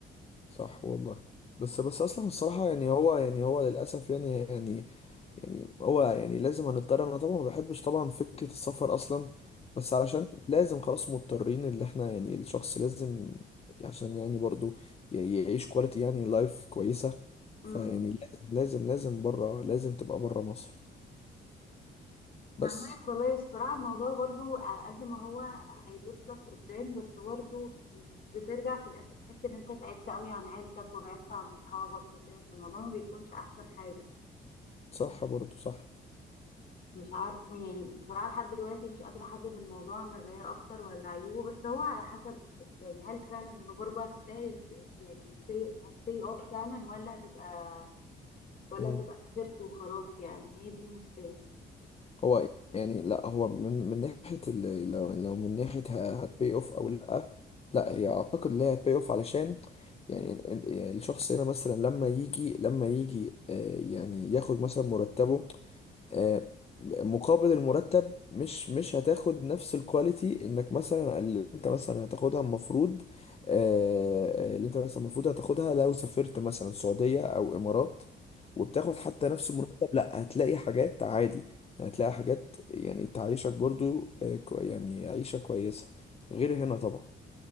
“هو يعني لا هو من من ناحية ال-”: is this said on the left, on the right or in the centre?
Left